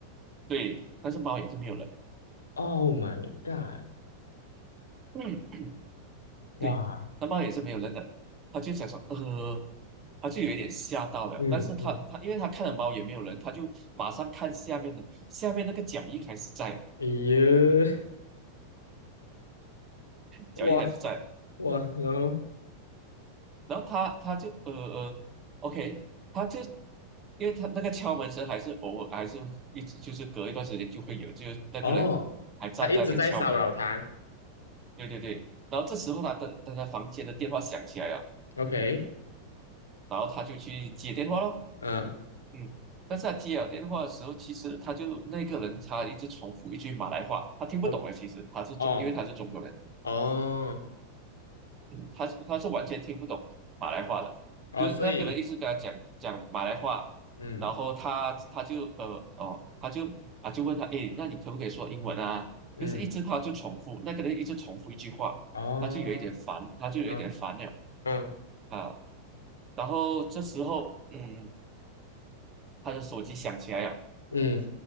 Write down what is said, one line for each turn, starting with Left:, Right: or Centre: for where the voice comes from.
Right: 对，但是猫也是没有人的
Left: ，Oh my god，
Right: 嗯，<clears throat>
Left: 哇，
Right: 对，那猫也是没有人的，他就想说，呃，他就有一点吓到了，
Left: 嗯嗯，
Right: 但是他他因为他看了猫也没有人，他就马上看下面的，下面那个脚印还是在，
Left: 哎呦，<laughs>
Right: 脚印还是在，
Left: 哇哇，然后
Right: 然后他他就呃呃，OK，他就。因为他那个敲门声还是偶尔，还是一直就是隔一段时间就会有，就是那个人还站在那边敲门，
Left: 哦，他一直在骚扰他
Right: 对对对，然后这时候他的他的房间的电话响起来了，
Left: ，OK，
Right: 然后他就去接电话了，
Left: 嗯，
Right: 嗯，但是他接了电话的时候，其实他就那个人他一直重复一句马来话，他听不懂的，
Left: 哦
Right: 其实他是中，
Left: 哦
Right: 因为他是中国人，
Left: 哦
Right: 嗯，他是他是完全听不懂马来话的，
Left: 哦，
Right: 就是那个人一直跟他讲讲马来话，
Left: 所以嗯
Right: 然后他他就呃哦，他就呃啊就问他，诶，那你可不可以说英文啊？
Left: 嗯
Right: 就是一直他就重复，那个人一直重复一句话，
Left: 哦
Right: 他就有一点烦，他就有一点烦了
Left: 嗯嗯
Right: 啊。然后这时候，嗯，他的手机响起来了。
Left: 嗯，